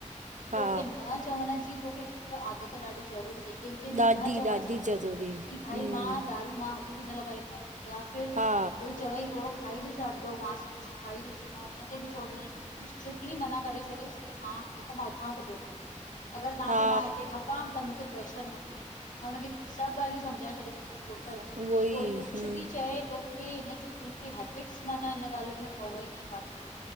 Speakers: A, on the left (about 80°); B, on the right (about 70°).
A: त
B: हा
A: तोखे न चवण ॼी तोखे हिक आदत ॾाढी ज़रूरी कैंखे ॿि
B: ॾाढी
A: न चवण
B: ॾाढी
A: सिख
B: ज़रूरी
A: कि भाई
B: हम्म
A: मां दारू मां। हथु ॿि न लॻाईंदो आयां या फिर
B: हा
A: कोई चवई थोरो खाई ॾिस अंडो मांस। खाई ॾिस मां हुन ते ॿि चवंदी आयस कि तू स्ट्रिक्टली मना करे छॾेस कि मां न त मां उथां थो। अगर ताखें
B: हा
A: मां हिते खपां त प्रेशर न कयो मां हुनखे सॿ ॻालियूं समझाए छॾयुसि। बस टोटल
B: उहो
A: की
B: ई
A: कोई कुझ
B: हम्म
A: ॿि चए तो। ही हिन चीजुन खे हेबिट्स माना इन ॻालयूंन में पवणो ही न आहे पाण खे।